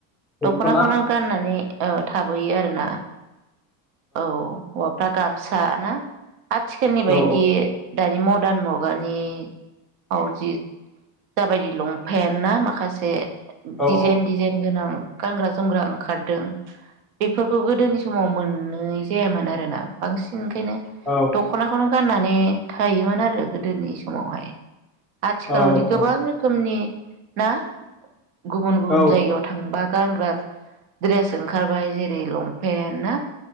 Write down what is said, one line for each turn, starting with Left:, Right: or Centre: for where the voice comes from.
Right: दख'नाखौनो
Centre: दख'ना
Right: गाननानै ओ थाबोयो आरोना औ हौवाफ्रा गाम सा ना आथिखालनि बायदि
Centre: औ
Right: दानि म गोदान मुगानि आवजित जाबायदि लंपेन्ट ना माखासे
Centre: औ
Right: डिजाइन डिजाइन गोनां गानग्रा जोमग्रा ओंखारदों बे बेफोरखौ गोदोनि समाव मोननै जायामोन आरोना बांसि न ओंखायनो
Centre: औ
Right: दख'नाखौनो गाननानै माने थायोमोन आरो गोदोनि समावहाय। आथिखालाव
Centre: औ
Right: दि गोबां
Centre: औ
Right: रोखोमनि ना। गुबुन गुबुन
Centre: औ
Right: जायगायाव थांबा गानग्रा द्रेस ओंखारबाय जेरै लंपेन्ट ना